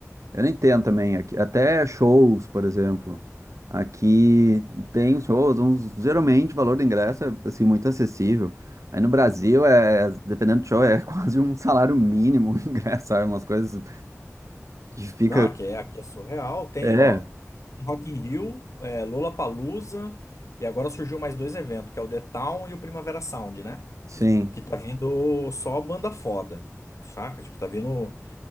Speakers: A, on the right (about 75°); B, on the left (about 70°).
A: Eu nem entendo também aqui, até shows, por exemplo. Aqui tem shows, uns, geralmente o valor do ingresso é assim muito acessível. Aí no Brasil é, dependendo do show, é <laughs> quase um salário mínimo o ingresso, sabe? Umas coisas que fica
B: Não, aqui é, aqui é surreal. Tem,
A: É,
B: ó, Rock in Rio, é, Lollapalooza, e agora surgiu mais dois eventos, que é o The Town e o Primavera Sound, né?
A: sim.
B: Que tá vindo só banda foda, saca? Tipo, tá vindo...